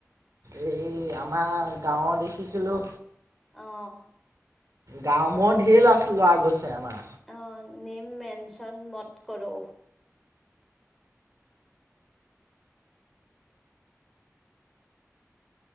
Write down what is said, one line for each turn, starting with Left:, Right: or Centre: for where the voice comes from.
Right: এই আমাৰ গাঁৱৰ দেখিছিলোঁ।
Centre: অহ
Right: গাঁ মৰ ধেৰ ল ল'ৰা গৈছে আমাৰ
Centre: অ নেম মেনচন মত কৰৌ।